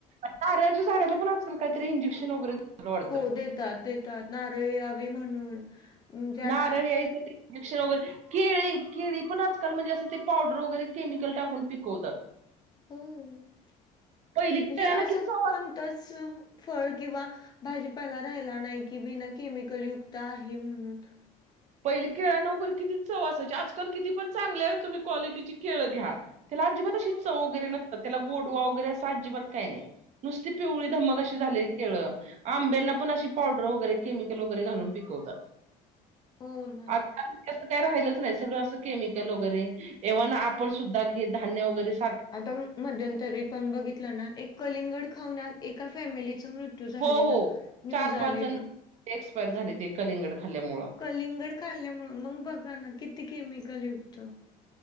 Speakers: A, on the right; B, on the left.
A: नारळाच्या झाड्याला पण असल काहीत इंजेक्शन वगैरे. देतात वाटतं
B: हो देतात देतात नारळी यावी म्हणून. म्हणजे आता
A: नारळ याईसाठी. इंजेक्शन वगैरे केळी केळी पण आजकाल म्हणजे असं ते पावडर वगैरे केमिकल टाकून पिकवतात.
B: हो म्हणजे
A: पहिली केळ्यांना
B: असं
A: किती चव
B: कोणतच फळ किंवा. भाजीपाला राहिला नाही कि बिना केमिकल युक्त आहे म्हणून.
A: पहिले खेळ नवर किती चववासायचे आजकाल किती पण चांगले आहेत तुम्ही क्वालिटीची केळ घ्या. त्याला अजिबात
B: हो,
A: अशी चव वगैरे नसतात त्याला गोडवा वगैरे असं अजिबात काही नाही. नुसती पिवळी धमक अशी झालेली केळ. आंब्यांना पण अशी पावडर वगैरे केमिकल वगैरे घालून पिकवतात.
B: हा न.
A: आजकाल मी असं काय राहिलंच नाही सगळं असं केमिकल वगैरे. एव्हा आपण सुद्धा क धान्य वगैरेस.
B: आता मध्यंतरी पण बघितलं ना एक कलिंगड खाऊन एका फॅमिलीचा मृत त्यू झालेला
A: हो हो
B: न्यूज
A: चार पाच
B: आलेली.
A: जण एक्सपायर झाली ते कलिंगड खाल्ल्यामुळं.
B: कलिंगड खाल्ल्यामु मग बघा ना किती केमिकल युक्त.